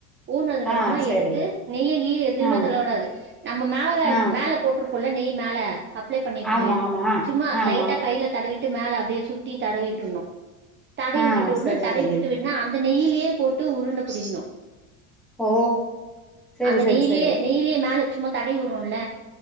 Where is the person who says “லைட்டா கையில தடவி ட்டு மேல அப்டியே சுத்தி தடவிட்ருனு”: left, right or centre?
Right